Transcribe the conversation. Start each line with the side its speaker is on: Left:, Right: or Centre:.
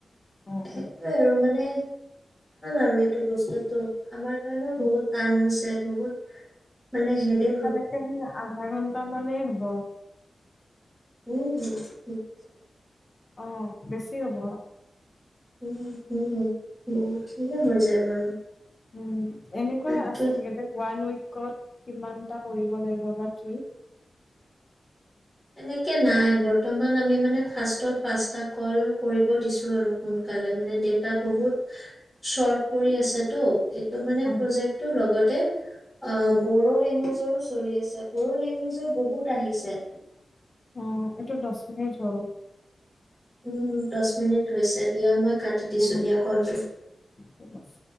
Left: অ অ
Centre: সেইটোৱে আৰু মানে আৰু এইটো বস্তু আমাৰ কাৰণেও
Left: উম,
Centre: বহুত টান হৈছে বহুত মানে হেদেক
Left: তেনেকে হ আধা ঘন্টা মানে হ গ
Centre: উম হ
Left: অ বেছ চি হ'ব
Centre: উম উম বহুত খিনিয়ে হৈ যায় বাৰু
Left: উম এনেকুৱা
Centre: তাকে
Left: আছে নেকি যে ওৱান উইকত কিমান এটা কৰিব লাগিব বা কি
Centre: এনেকে নাই বৰ্তমান আমি মানে ফাৰ্ষ্টৰ পাঁচটা কল কৰিব দিছো আৰু সোনকালে মানে ডেটা বহুত চৰ্ট পৰি আছেতো। প্ৰজেক্টটো
Left: উম,
Centre: লগতে ব লেংগুৱেজৰো চলি আছে বড়ো লেংগুৱেজৰ বহুত আহিছে
Left: অ এইটো দহ মিনিট হ'ল
Centre: উম দহ মিনিট হৈছে দিয়া মই কাটি দিছো
Left: অ,
Centre: দিয়া কলটো
Left: ঠিক আছে।